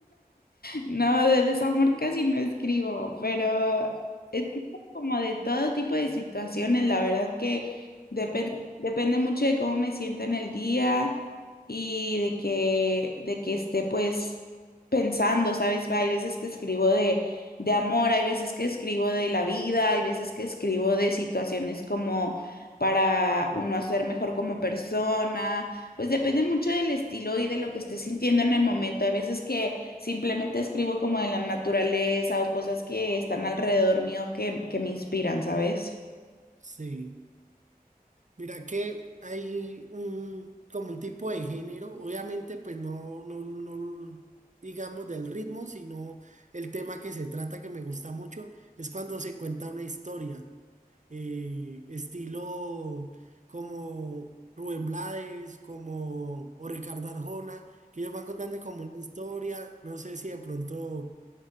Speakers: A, on the left; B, on the right.
A: No, de desamor casi no escribo, pero escribo como de todo tipo de situaciones. La verdad que depende, depende mucho de cómo me siento en el día y de que, de que esté pues pensando, ¿sabes? Hay veces que escribo de, de amor, hay veces que escribo de la vida, hay veces que escribo de situaciones como para uno ser mejor como persona. Pues depende mucho del estilo y de lo que esté sintiendo en el momento. Hay veces que simplemente escribo como de la naturaleza o cosas que están alrededor mío que, que me inspiran, ¿sabes?
B: Sí. Mira que hay un, como un tipo de género, obviamente pues no, no, no digamos del ritmo, sino el tema que se trata que me gusta mucho, es cuando se cuenta una historia, eh, estilo como Rubén Blades, como o Ricardo Arjona, que ellos van contando como una historia, no sé si de pronto